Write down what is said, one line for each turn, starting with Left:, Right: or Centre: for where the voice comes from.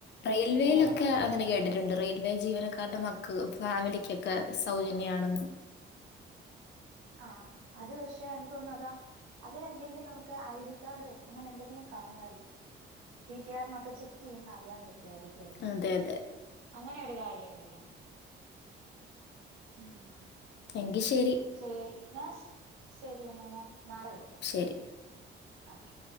Left: റെയിൽവേയിലൊക്കെ
Right: ഇന്നയാള
Left: അങ്ങനെ കേട്ടിട്ടുണ്ട്
Right: ആണ്
Left: റെയിൽവേ ജീവനക്കാരുടെ മക്ക് ക്ക് ഫാമിലിക്കൊക്കെ സൗജന്യാണെന്ന്.
Right: ആഹ് അത് പക്ഷെ എനിക്ക് തോന്നു അതാ അങ്ങനെന്തെങ്കിലും. ക്കെ ഐ ഡി കാർഡോ അങ്ങനെ എന്തെങ്കിലും കാണുവായിരിക്കും. ടി ടി ആറ് നൊക്കെ ചെക്കെയ്യുമ്പോ അറിയാൻ പറ്റുവായിരിക്കുവല്ലോ
Left: അതെ അതെ.
Right: അങ്ങനൊരു കാര്യുണ്ടല്ലോ? ഉം
Left: എങ്കി ശരി.
Right: ശരി ന്നാശ് ശരി എന്നാ ഞാൻ നാളെ വിളിക്കാം.
Left: ശരി.
Right: ഓക്കെ.